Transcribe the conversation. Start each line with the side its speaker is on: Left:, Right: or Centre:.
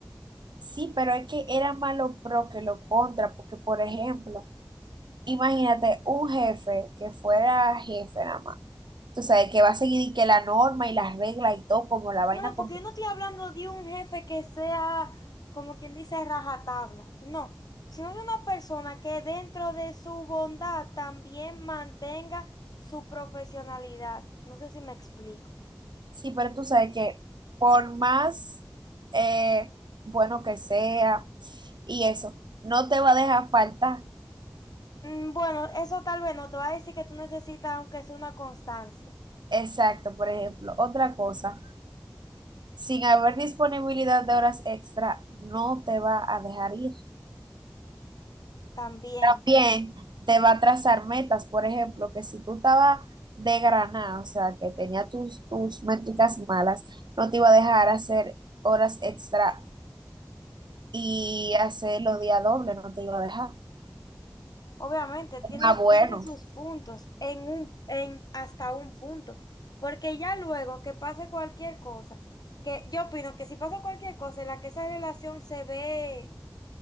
Right: sí, pero es que era más lo pro que lo contra, porque por ejemplo, imagínate un jefe que fuera jefe nada más. Tú sabes que va a seguir y que la norma y las reglas y todo, como la vaina
Left: No, no, porque
Right: como
Left: yo no estoy hablando de un jefe que sea, como quien dice, rajatabla. No, sino de una persona que dentro de su bondad también mantenga su profesionalidad. No sé si me explico.
Right: Sí, pero tú sabes que por más eh, bueno que sea y eso, no te va a dejar falta.
Left: Mm, Bueno, eso tal vez no te va a decir que tú necesitas, aunque sea una constancia,
Right: Exacto, por ejemplo. Otra cosa. sin haber disponibilidad de horas extra, no te va a dejar ir.
Left: también.
Right: También te va a trazar metas, por ejemplo, que si tú estabas de granada, o sea, que tenía tus, tus métricas malas, no te iba a dejar hacer horas extra y hacer los días dobles, no te iba a dejar.
Left: Obviamente, tiene,
Right: Ah, bueno.
Left: tiene sus puntos en un, en hasta un punto. Porque ya luego que pase cualquier cosa, que yo opino que si pasa cualquier cosa en la que esa relación se ve,